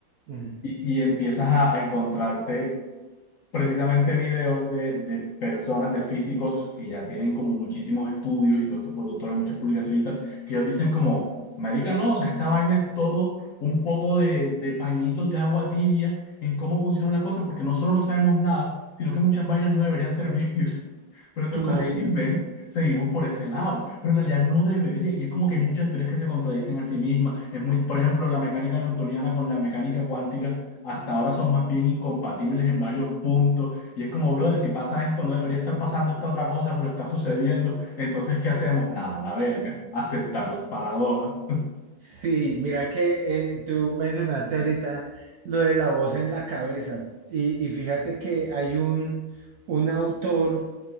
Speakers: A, on the right; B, on the left.
A: Ujú.
B: y, y empiezas a, a encontrarte precisamente videos de, de personas, de físicos que ya tienen como muchísimos estudios y todos estos productores, muchas publicaciones y tal, que ellos dicen como, marica, no, o sea, esta vaina es todo un poco de, de pañitos de agua tibia en cómo funcionan las cosas, porque no solo no sabemos nada, sino que muchas vainas no deberían servir. <laughs> Pero entonces
A: Imagínate.
B: como sirven, seguimos por ese lado. Pero en realidad no deberían. Y es como que hay muchas teorías que se contradicen a sí mismas. Es muy, por ejemplo, la mecánica newtoniana con la mecánica cuántica hasta ahora son más bien incompatibles en varios puntos. Y es como, brother, si pasa esto, no debería estar pasando esta otra cosa, pero está sucediendo. Entonces, ¿qué hacemos? Nada, la verga. Aceptar las paradojas.
A: Sí, mira que eh, tú mencionaste ahorita lo de la voz en la cabeza y, y fíjate que hay un, un autor